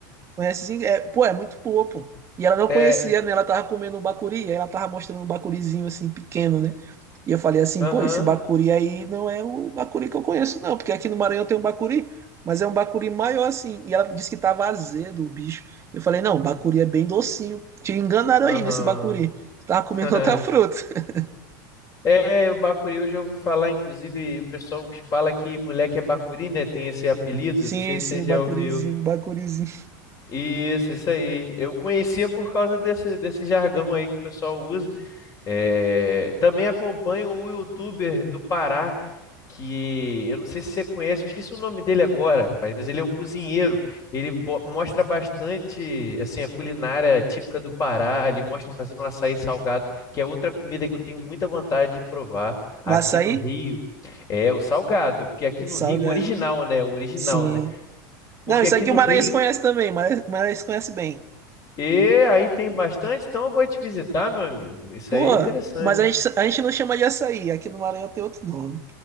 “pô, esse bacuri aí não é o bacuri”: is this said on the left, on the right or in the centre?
Right